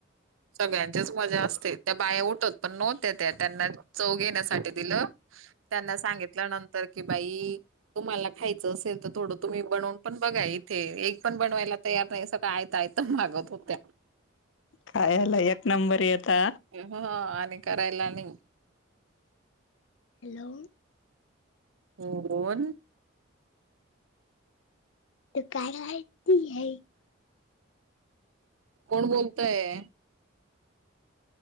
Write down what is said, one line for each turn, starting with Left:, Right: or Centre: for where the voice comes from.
Right: सगळ्यांचीच मजा असते. त्या बाया उठत पण नव्हत्या. त्या त्यांना चव घेण्यासाठी दिलं. त्यांना सांगितल नंतर कि बाई तुम्हाला खायचं असेल तर थोडं तुम्ही बनवून पण बघा इथे. एक पण बनवायला तयार नाही. सगळं आयत आयत मागत होत्या.
Left: खायाला एक नंबर येता.
Right: ह. आणि करायला नाही.
Left: हॅलो.
Right: कोन?
Left: तू काय आईकतीहे?
Right: कोण बोलतय?